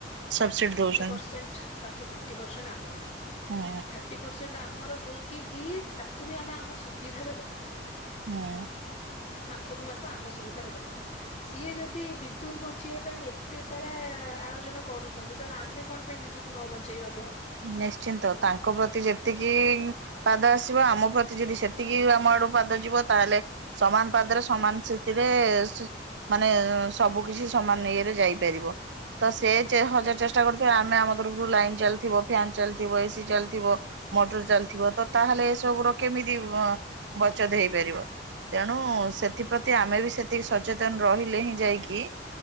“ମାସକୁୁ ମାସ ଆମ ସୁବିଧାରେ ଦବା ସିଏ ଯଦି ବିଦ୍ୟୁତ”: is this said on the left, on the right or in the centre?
Left